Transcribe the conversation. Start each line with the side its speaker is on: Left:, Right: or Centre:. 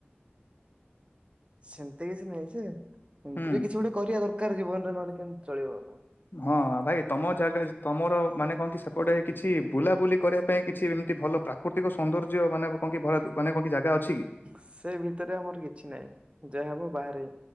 Right: ସେମିତି କିଛି ନାହିଁ ଯେ ଏମିତି
Left: ହୁଁ
Right: ବି କିଛି ଗୋଟେ କରିବା ଦରକାର। ଜୀବନରେ ନହେଲେ କେମିତି ଚଳିବ ଆଉ।
Left: ହଁ ଭାଇ ତମ ଜାଗା ତମର ମାନେ କଣକି ସେପଟେ କିଛି ବୁଲାବୁଲି କରିବା ପାଇଁ କିଛି ଏମିତି ଭଲ ପ୍ରା ପ୍ରାକୃତିକ ସୌନ୍ଦର୍ଯ୍ୟ ମାନେ କଣକି ଭଲ ମାନେ କଣକି ଜାଗା ଅଛି କି?
Right: ସେ ଭିତରେ ଆମର କିଛି ନାହିଁ। ଯାହାହବ ବାହାରେ।